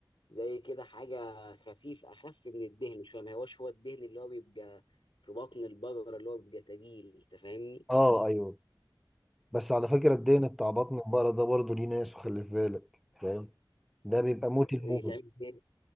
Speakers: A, on the left; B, in the centre.
A: زي كده حاجه خفيف اخف من الدهن شويه ما هوش هو الدهن اللي هو بيبقى في بطن البقره اللي هو بيبقى تقيل انت فاهمني
B: اه ايوه بس على فكرة الدين بتاع بطن البقرة ده برضه ليه ناس وخلي في بالك فاهم ده بيبقى موت الموت
A: بيتعمل بيه